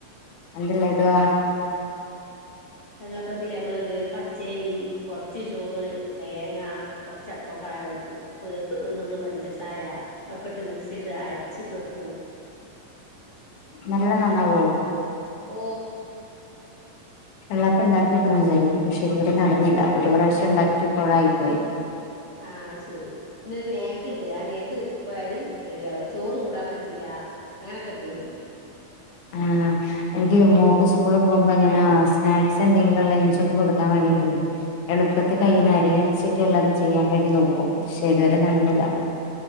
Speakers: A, on the left; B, on the left.
A: എന്ത്‌ ലഡുവാ
B: വെള്ളപ്പത്തില് മ്മള്ത് പച്ചേരി കൊറച്ച് ചോറ് തേങ്ങ കൊറച്ചപ്പകാരം ഉപ്പ് ഒരുന്നുള്ള് പഞ്ചസാര ഇതൊക്കെ ഇട്ട് മിക്സ് ചെയ്ത് അരച്ച് വെക്കൂ
A: നല്ല നന്നാവോ
B: ഓ
A: വെള്ളേപ്പം ണ്ടാക്കിയൊക്കണം വിചാരിക്കും പക്ഷെ ഇതുവരെ നടന്നില്ല ഒരു പ്രാവശ്യംണ്ടാക്കി കൊളായിപ്പോയി
B: ആ ശരി ന്നൊരു നേക്ക്ണ്ട് ആ നേക്ക് തെറ്റിപ്പോയല് റെഡിയാവൂല ചോറ് കൂടാൻ പറ്റൂല അങ്ങനൊക്കെണ്ടീന്
A: ആ എനിക്ക് മോക്ക് സ്കൂളിൽ പോകുമ്പോങ്ങനാ സ്നാക്സ് എന്തെങ്കിലുംള്ള ഇഞ്ചൊപ്പ കൊടുക്കാൻ വേണ്ടീട്ടെ എളുപ്പത്തി
B: ആഹ്
A: കൈയിന്ന് അരി അരച്ചി മറ്റള്ളത് ചെയ്യാൻ വേണ്ടി നോക്കും പക്ഷെ ഇതുവരെ നടന്നില്ല